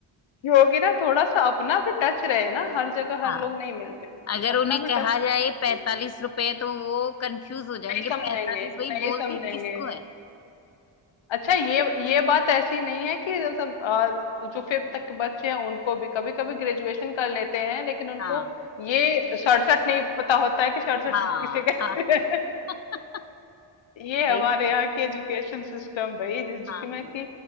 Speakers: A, on the left; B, on the left.
A: कि होगी ना थोड़ा सा अपना भी टच रहे ना हर जगह हर
B: हाँ
A: लोग नहीं मिलते हैं तो
B: अगर
A: अपना
B: उन्हें
A: भी
B: कहा
A: टच रहे
B: जाए पैंतालीस रुपए तो वो कंफ्यूज हो जाएंगे
A: नहीं समझेंगे
B: पैंतालीस वही
A: नहीं
B: बोलते
A: समझेंगे
B: किसको है
A: अच्छा ये ये बात ऐसी नहीं है कि जैसे आ, जो फिफ्थ तक के बच्चे हैं उनको भी कभी कभी ग्रेजुएशन कर लेते हैं लेकिन उनको
B: हाँ
A: ये सड़सठ नहीं पता होता है कि सड़सठ
B: हाँ
A: किसे कहते
B: हाँ
A: हैं
B: <laughs>
A: ये हमारे
B: सही है।
A: यहाँ की एजुकेशन सिस्टम भाई जिसमें
B: हाँ
A: कि